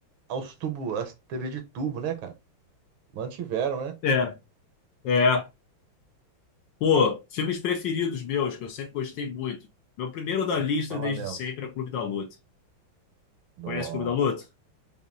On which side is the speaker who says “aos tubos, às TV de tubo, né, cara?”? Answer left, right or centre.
Right